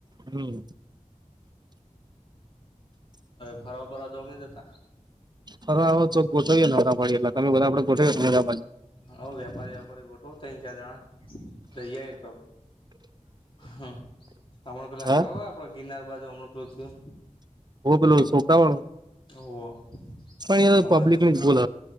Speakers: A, on the right (about 35°); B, on the left (about 40°).
A: હમ
B: ફરવા બરો જગણી જ.
A: હાવે ચોક ગોઠવીએ ને અદરાવાાડી એટલા તમે બધા આપડે ગોઠવીમરાબા.
B: હ વેપારી વેપારી ગોઠવ ન ચાર જણા તો ઈ સ. હ અમળ પલા
A: હ હ
B: આપ ગિનાર બાજુ અમળ પેલો થું.
A: ઓ પેલો સુોખવાણું
B: ઓહો
A: પણ
B: આમાં
A: પબ્લિક ની જ બોલ.